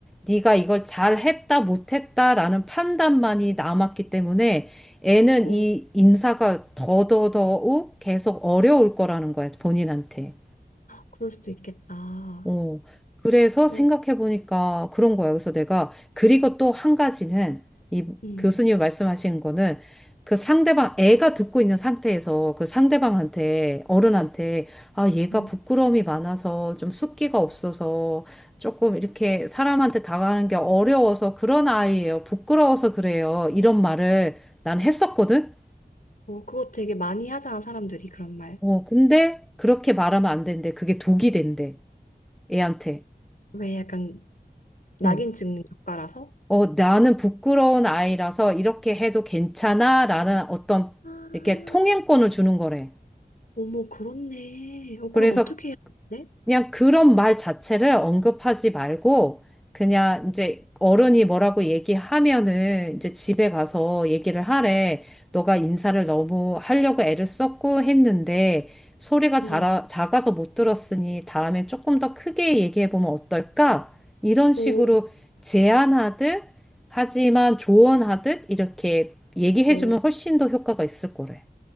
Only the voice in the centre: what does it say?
네가 이걸 잘했다 못했다라는 판단만이 남았기 때문에 애는
이 인사가 더더더욱 계속 어려울 거라는 거야 본인한테.
어, 그래서
생각해보니까 그런 거예요. 그래서 내가, 그리고 또 한 가지는, 이
교수님 말씀하신 거는, 그 상대방, 애가 듣고 있는 상태에서 그 상대방한테, 어른한테, 아, 얘가
부끄러움이 많아서 좀 숫기가 없어서 조금 이렇게 사람한테 다가가는 게 어려워서 그런 아이예요. 부끄러워서 그래요. 이런 말을 난 했었거든?
어, 근데 그렇게 말하면 안 되는데 그게 독이 된대, 애한테.
어.
어, 나는 부끄러운 아이라서 이렇게 해도 괜찮아? 라는 어떤
이렇게 통행권을 주는 거래.
그래서
그냥 그런 말 자체를 언급하지 말고 그냥 이제 어른이 뭐라고 얘기하면은 이제 집에 가서 얘기를 하래. 너가 인사를 너무 하려고 애를 썼고 했는데 소리가
자라, 작아서 못 들었으니 다음에 조금 더 크게 얘기해 보면 어떨까? 이런 식으로
제안하듯 하지만 조언하듯 이렇게 얘기해
주면 훨씬 더 효과가 있을 거래.